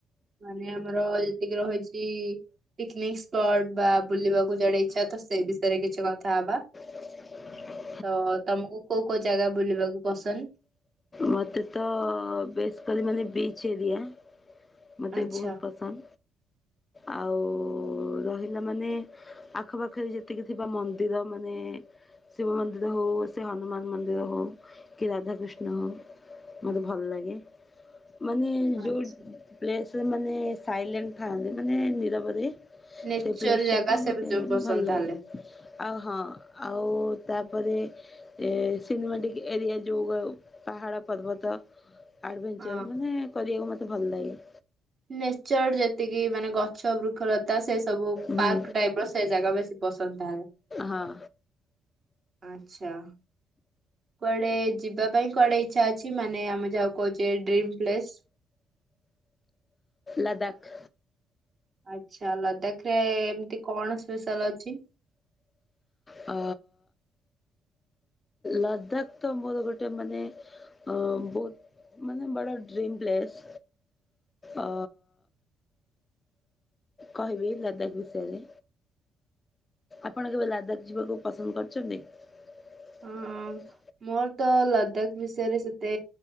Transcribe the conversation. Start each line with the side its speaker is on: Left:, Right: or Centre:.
Right: ମାନେ ଆମର ଯେତିକି ରହିଛି ପିକନିକ ସ୍ପଟ ବା ବୁଲିବାକୁ ଯାଡେ ଇଛା ତ ସେ ବିଷୟରେ କିଛି କଥା ହବା?
Left: <inaudible>
Right: ତ ତମକୁ କୋଉ କୋଉ ଜାଗା ବୁଲିବାକୁ ପସନ୍ଦ?
Left: ମତେ ତ ବେସିକଲି ମାନେ ବୀଚ ଏରିଆ। ମୋତେ
Right: ଆଚ୍ଛା
Left: ବହୁତ ପସନ୍ଦ, ଆଉ ରହିଲା ମାନେ ଆଖପାଖରେ ଯେତିକି ଥିବା ମନ୍ଦିର, ମାନେ ଶିବ ମନ୍ଦିର ହଉ ସେ ହନୁମାନ ମନ୍ଦିର ହ କି ରାଧାକୃଷ୍ଣ ହଉ। ମୋତେ ଭଲ ଲାଗେ, ମାନେ ଯେଉଁ
Right: ଆଛା
Left: ପସରେ ମାନେ ସାଇଲେଣ୍ଟ ଥାନ୍ତି ମାନେ ନିରବରେ
Right: ନେଚର
Left: ସେ ପ୍ଲେସ
Right: ଜାଗା
Left: ଯଖ
Right: ସେ
Left: ମତେ
Right: ସବୁ
Left: ଆ
Right: ପସନ୍ଦ
Left: ଭଲ ଲାଗେ।
Right: ତାହେଲେ
Left: ଆଉ ହଁ ଆଉ ତାପରେ ଏ ସିନେମାଟିକ ଏରିଆ ଯୋଗୋଗ। <unintelligible> ପାହାଡ଼ ପର୍ବତ ଆଡ଼ଭେଞ୍ଚର୍
Right: ହଁ
Left: ମାନେ କରିବାକୁ ମୋତେ ଭଲ ଲାଗେ।
Right: ନେଚର ଯେତିକି ମାନେ ଗଛ ବୃକ୍ଷଲତା ସେ ସବୁ
Left: ହୁଁ
Right: ପାର୍କ ଟାଇପ ର ସେ ଜାଗା ବେଶୀ ପସନ୍ଦ ଥାଏ।
Left: ହଁ।
Right: ଆଚ୍ଛା। କୁଆଡେ ଯିବା ପାଇଁ କୁଆଡେ ଇଛା ଅଛି ମାନେ ଆମେ ଯାହାକୁ କହୁଛେ ଡ୍ରିମ୍ ପ୍ଲେସ୍?
Left: ଲାଦାକ୍।
Right: ଆଚ୍ଛା ଲଦାଖ ରେ ଏମିତି କଣ ସ୍ପେଶାଲ ଅଛି?
Left: ଅ ଲଦାଖ ତ ମୋର ଗୋଟେ ମାନେ ଅ ବହୁତ ମାନେ ବଡ଼ ଡ୍ରିମ ପ୍ଲେସ। ଅ କହିବି ଲଦାଖ ବିଷୟରେ? ଆପଣ କେବେ ଲାଦାଖ ଯିବାକୁ ପସନ୍ଦ କରଛନ୍ତି? <inaudible>
Right: ଅଁ ମୋର ତ ଲଦାଖ ବିଷୟରେ ସେତେ